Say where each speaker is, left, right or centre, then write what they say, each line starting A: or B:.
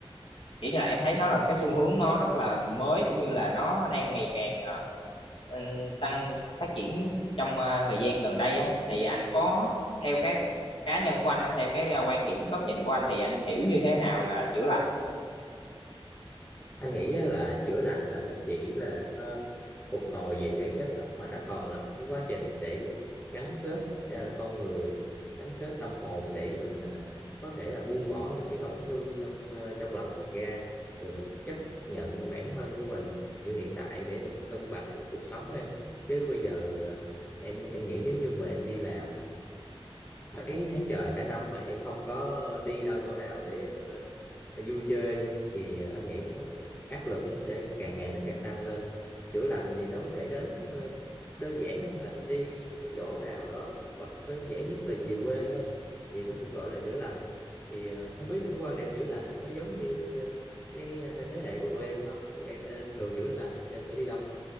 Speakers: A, on the left; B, on the left.
A: kiểu như là em thấy nó là một cái xu hướng nó rất là mới cũng như là nó đang ngày càng ờ, ừ, tăng phát triển trong ờ, thời gian gần đây á thì anh có theo cái cá nhân của anh á, theo cái ờ, quan điểm góc nhìn của anh thì anh hiểu như thế nào là chữa lành
B: Anh nghĩ á, là chữa lành nó không chỉ là nó phục hồi về thể chất đâu mà nó còn là một cái quá trình để gắn kết à, con người gắn kết tâm hồn để mình à, có thể là buông bỏ những cái tổn thương trong à, trong lòng mình ra rồi mình chấp nhận bản thân của mình như hiện tại để mình cân bằng được cuộc sống em chứ bây giờ à, em em nghĩ nếu như mà em đi làm mấy tháng trời cả năm mà em không có đi đâu chỗ nào để em à, vui chơi thì anh nghĩ nó áp lực nó sẽ càng ngày nó càng tăng lên chữa lành thì nó có thể đến ờ, đơn giản thôi là em đi một cái chỗ nào đó hoặc đơn giản nhất là về quê thôi thì nó cũng gọi là chữa lành thì ờ, không biết là cái quan điểm chữa lành anh nó giống như ờ, cái ờ, thế hệ của tụi em hay không tụi em ờ, thường chữa lành thì tụi em sẽ đi đâu